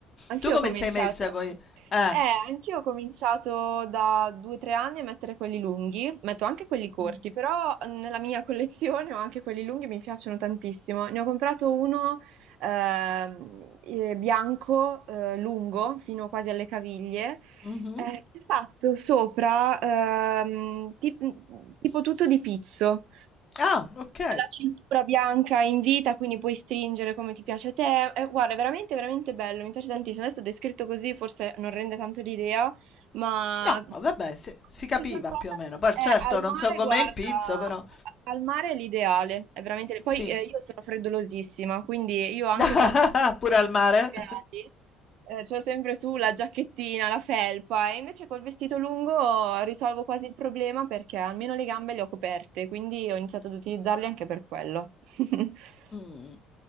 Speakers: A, on the right; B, on the left.
A: Anch'io
B: Tu come
A: ho cominciato.
B: stai messa con i... Eh.
A: Eh, anch'io ho cominciato da due o tre anni a mettere quelli lunghi, metto anche quelli corti,
B: mm,
A: però nella mia collezione ho anche quelli lunghi, mi piacciono tantissimo. Ne ho comprato uno ehm, eh, bianco, eh, lungo, fino quasi alle caviglie,
B: mhm.
A: eh, che è fatto sopra ehm, tip- tipo tutto di pizzo
B: Ah, ok.
A: la cintura bianca in vita, quindi puoi stringere come ti piace a te. Eh, guarda, è veramente, veramente bello, mi piace tantissimo. Adesso descritto così forse non rende tanto l'idea, ma
B: No, vabbè, si, si capiva
A: ci sono trovata
B: più o meno. Poi
A: eh,
B: certo
A: al
B: non
A: mare,
B: so com'è
A: guarda,
B: il pizzo, però
A: al mare è l'ideale, è veramente... Poi
B: sì.
A: eh, io sono freddolosissima, quindi io anche
B: <laughs> Pure al mare.
A: gradi. Eh, c'ho sempre su la giacchettina, la felpa, e invece col vestito lungo risolvo quasi il problema perché almeno le gambe le ho coperte, quindi ho iniziato ad utilizzarli anche per quello. <laughs>
B: Mh.